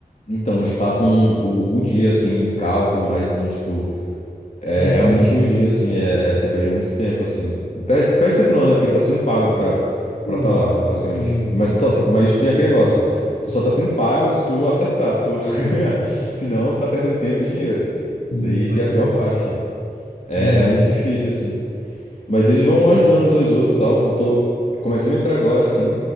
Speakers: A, on the left; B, on the left.
A: então eles passam o, o dia, assim, em cal e tudo mais. Então, tipo, é
B: Então,
A: realmente o dia, assim, é, é- você perde muito tempo, assim. Perde, perde tempo não, né? Porque tá sendo pago pra, pra
B: sim,
A: tá lá, basicamente.
B: sim,
A: Mas,
B: de
A: tu
B: certa
A: tá- mas
B: forma.
A: tem aquele negócio. Tu só tá sendo pago se tu acertar, se tu <laughs> ganhar. Senão, você tá perdendo tempo e dinheiro.
B: Sim,
A: Daí
B: pois
A: que é a pior
B: é,
A: parte. É
B: tem
A: realmente
B: isso.
A: difícil, assim. Mas eles vão ajudando uns aos outros e tal. Eu tô começando a entrar agora, assim.